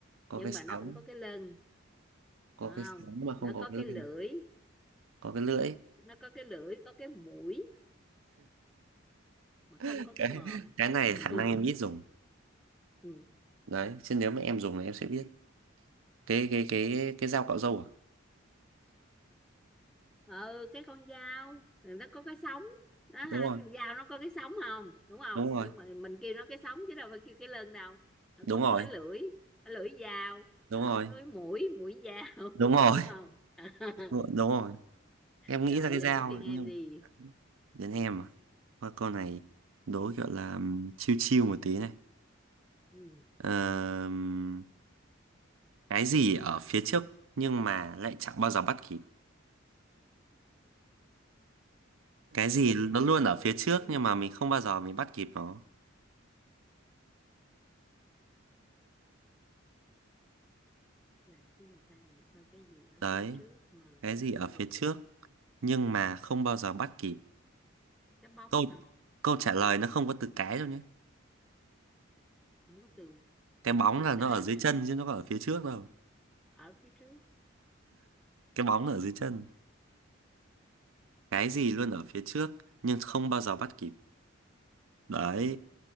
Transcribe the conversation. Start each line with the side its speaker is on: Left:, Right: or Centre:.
Right: có
Centre: nhưng
Right: cái sóng
Centre: mà nó không có cái lưng
Right: có
Centre: không
Right: cái sóng mà không
Centre: nó
Right: có
Centre: có
Right: cái
Centre: cái lưỡi
Right: lưng có cái lưỡi
Centre: nó có cái lưỡi có cái mũi mà
Right: <laughs>
Centre: không có cái
Right: cái
Centre: mồm
Right: cái này
Centre: <laughs>
Right: khả năng em ít dùng
Centre: Ừ.
Right: đấy chứ nếu mà em dùng thì em sẽ biết cái cái cái cái dao cạo râu à
Centre: ừ cái con dao nó có cái sống đó ha
Right: đúng rồi
Centre: cái dao nó có cái sống không đúng không
Right: đúng rồi
Centre: nhưng mà mình kêu nó cái sống chứ đâu phải kêu cái lưng đâu nó
Right: đúng
Centre: có một
Right: rồi
Centre: cái lưỡi cái lưỡi dao
Right: đúng
Centre: à,
Right: rồi
Centre: cái mũi mũi dao
Right: đúng rồi
Centre: <laughs> đúng không <laughs>
Right: <laughs> đúng rồi em
Centre: rồi
Right: nghĩ ra cái
Centre: giờ
Right: dao
Centre: tới phiên
Right: nhưng
Centre: em đi
Right: đến em à Thôi câu này đố kiểu là ừm, chill chill một tí này
Centre: ừ.
Right: Ờm, cái gì ở phía trước nhưng mà lại chẳng bao giờ bắt kịp cái
Centre: cái
Right: gì
Centre: gì
Right: nó
Centre: ở
Right: luôn
Centre: phía
Right: ở
Centre: trước
Right: phía trước
Centre: á?
Right: nhưng mà mình không bao giờ mình bắt kịp nó
Centre: là cái người ta này coi cái gì ở
Right: đấy
Centre: phía trước mà
Right: cái
Centre: không
Right: gì ở
Centre: bao giờ
Right: phía trước nhưng mà không bao giờ bắt kịp
Centre: cái bóng
Right: câu
Centre: hả
Right: câu trả lời nó không có từ cái đâu nhé
Centre: không có từ
Right: cái
Centre: không
Right: bóng
Centre: có từ
Right: là
Centre: cái
Right: nó ở dưới
Centre: hả
Right: chân chứ nó có ở phía trước đâu
Centre: ở phía trước
Right: cái bóng nó ở dưới chân cái gì luôn ở phía trước nhưng không bao giờ bắt kịp đấy